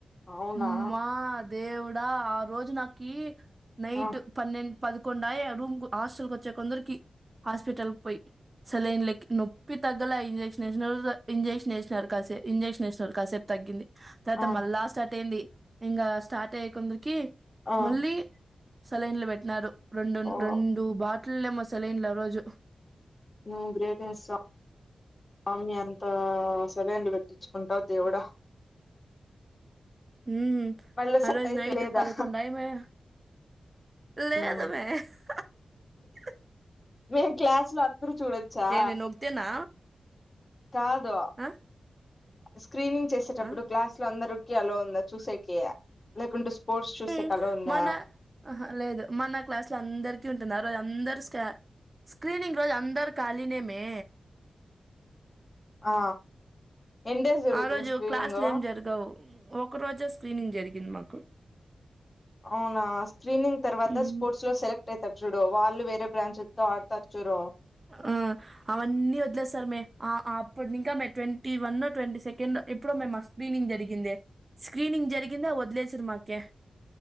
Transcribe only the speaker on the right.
అమ్మా దేవుడా ఆ రోజు నాకి నైట్
పన్నెండు పదకొండాయే ఆ రూమ్ హాస్టల్ కు వచ్చే కొందరికి హాస్పిటల్ పోయి సలైన్లకి నొప్పి తగ్గల ఇంజెక్షన్ ఇంజెక్షన్ ఎసరు ఇంజెక్షన్ ఎసరు కాసేపు తగ్గింది తర్వాత
మళ్ళా స్టార్ట్ అయింది ఇంగా స్టార్ట్ అయ్యి కుందరికి
మళ్ళీ సెలైన్లు పెట్టినారు రెండు రెండ్
రెండు బాటిల్లేమో సెలైన్ లారోజు
ఉమ్
ఆ
రోజు
నైట్
పదకొండెమయే లేద
మే హా హా
ఏంది నొక్తేనా
ఆ
ఆ
ఉమ్
మన ఆహా లేదు మన క్లాసు లో అందరికి ఉంటున్నారు అందరు స్క స్క్రీనింగ్ రోజు అందరు కాలినే మే
ఆ రోజు
క్లాసులు ఏం జరగవు ఒక్క రోజే స్క్రీనింగ్ జరిగింది మాకు
ఉమ్.
ఆ అవన్నీ వదిలేస్తార్ మే ఆ అప్పుడు ఇంకా May twenty one, twenty second ఎప్పుడో మే మా స్క్రీనింగ్ జరిగింద స్క్రీనింగ్ జరిగిందా వదిలేసారు మాకే